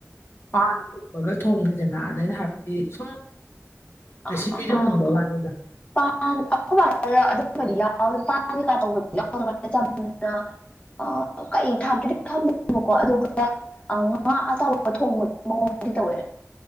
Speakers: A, on the left; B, on the left.
A: ꯄꯥꯟꯒꯨꯝꯕꯒ ꯊꯣꯡꯉꯗꯅ ꯑꯗ ꯑꯩꯅ ꯍꯥꯏꯕꯗꯤ ꯁꯨꯝ
B: ꯑ
A: ꯔꯦꯁꯤꯄꯤꯗꯣ ꯍꯪꯕ ꯋꯥꯅꯤꯗ
B: ꯑꯗꯨꯝꯕꯗꯤ ꯌꯥꯎꯥ ꯇꯧꯕꯗꯤ ꯌꯥ ꯑꯗꯨꯃꯥꯏꯅ ꯑ ꯀꯩ ꯊꯥꯕꯗꯤ ꯈꯪꯗ ꯀꯣ ꯑꯗꯨꯒ ꯉꯥ ꯑꯆꯕ ꯊꯣꯡꯕꯒꯤ ꯃꯑꯣꯡꯗꯤ ꯇꯧꯋꯦ